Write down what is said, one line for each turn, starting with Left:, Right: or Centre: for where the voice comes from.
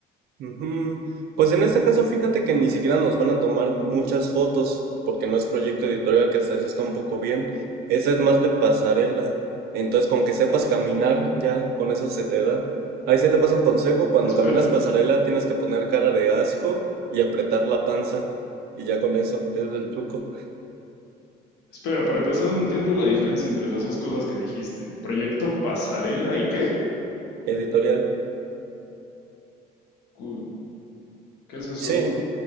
Right: Ujú. Pues en este caso, fíjate que ni siquiera nos van a tomar muchas fotos, porque no es proyecto editorial, que hasta eso está un poco bien. Ese es más de pasarela. Entonces, con que sepas caminar, ya, con eso se te da. Ahí se te pasa un consejo, cuando
Left: Espera,
Right: caminas pasarela tienes que poner cara de asco y apretar la panza. Y ya con eso, ese es el truco
Left: espera, para empezar no entiendo la diferencia entre las dos cosas que dijiste. Proyecto Pasarela y qué?
Right: editorial.
Left: Cu- ¿Qué es eso?
Right: Sí,